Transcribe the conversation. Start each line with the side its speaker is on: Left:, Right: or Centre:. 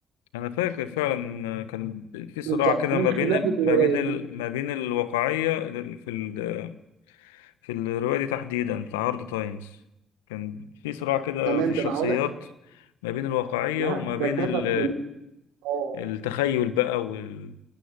Left: انا فاكر فعلا كان في
Right: بالظبط
Left: صراع كده
Right: من
Left: ما
Right: خلال
Left: بين ال-
Right: رواياته
Left: ما بين ال... ما بين الواقعيه ال- في ال... في الروايه دي تحديدا بتاع هارد تايمز كان في صراع كده
Right: تمام
Left: في الشخصيات
Right: ده انا هقول لك
Left: ما بين الواقعيه
Right: لا
Left: وما
Right: ده
Left: بين
Right: كتب
Left: ال...
Right: كمان اه
Left: التخيل بقى وال...